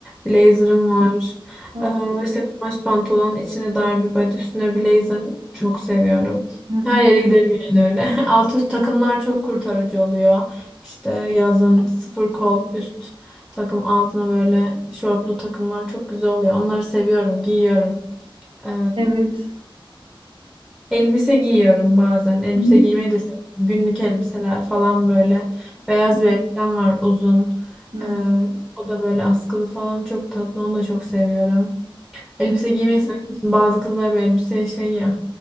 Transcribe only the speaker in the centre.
blazer'ım var.
Ee, işte kumaş pantolon, içine dar bir body, üstüne blazer çok seviyorum.
Her yere giderim yani öyle. <laughs> Alt üst takımlar çok kurtarıcı oluyor. İşte yazın sıfır kol üst takım altına böyle şortlu takımlar çok güzel oluyor. Onları seviyorum, giyiyorum. Ee,
Elbise giyiyorum bazen. Elbise
giymeyi de seviyorum. Günlük elbiseler falan böyle. Beyaz bir elbisem var uzun.
Ee, o da böyle askılı falan çok tatlı. Onu da çok seviyorum. Elbise giymeyi sever misin? Bazı kızlar bir elbiseye şey ya